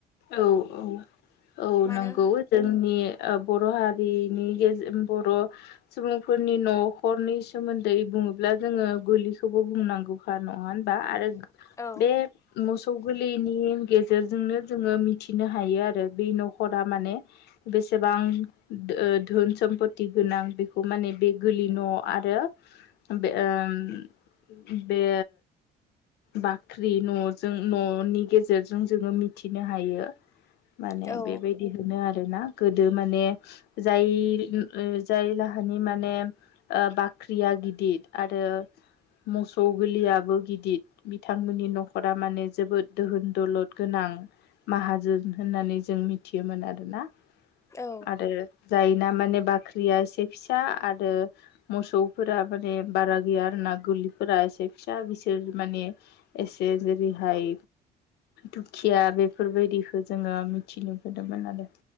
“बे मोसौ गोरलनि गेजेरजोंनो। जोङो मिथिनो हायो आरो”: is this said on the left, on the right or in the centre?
Left